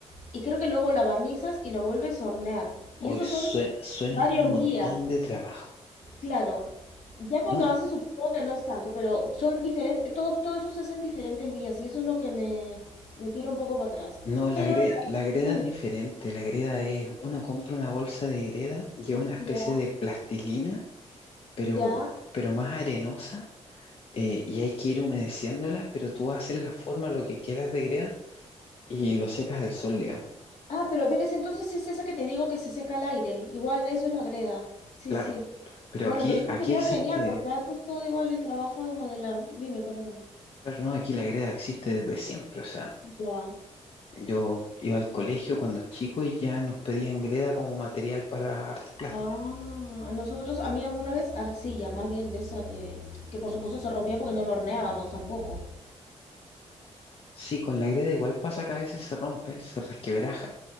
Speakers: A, on the left; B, on the left.
A: Y creo que luego la barnizas y lo vuelves a hornear. Y
B: Hoy
A: eso
B: suena,
A: son
B: suena
A: varios
B: un montón
A: días,
B: de trabajo.
A: claro. Ya cuando
B: No,
A: haces supongo que no es tanto, pero son diferentes, todos, todo eso se hace en diferentes días y eso es lo que me, me tira un poco para atrás.
B: no, la,
A: Pero,
B: gre- la greda
A: mm,
B: es diferente. La greda es, uno compra una bolsa de greda, lleva una especie
A: ya,
B: de plastilina, pero,
A: ya.
B: pero más arenosa, eh, y hay que ir humedeciéndola, pero tú haces la forma, lo que quieras de greda, y lo secas al sol, digamos.
A: Ah, pero ves, entonces es esa que te digo que se seca al aire. Igual eso es la greda. Sí,
B: Claro,
A: sí.
B: pero
A: Bueno,
B: aquí,
A: pero eso
B: aquí
A: sería
B: existe,
A: genial porque haces todo igual el trabajo de modelar. Dime, perdona.
B: claro, no, aquí la greda existe desde siempre, o sea.
A: Ya.
B: Yo iba al colegio cuando chico y ya nos pedían greda como material para artes plásticas.
A: Ah, nosotros, a mí alguna vez arcilla, más bien de esa que, que por supuesto se rompía porque no lo horneábamos tampoco.
B: Sí, con la greda igual pasa que a veces se rompe, se resquebraja,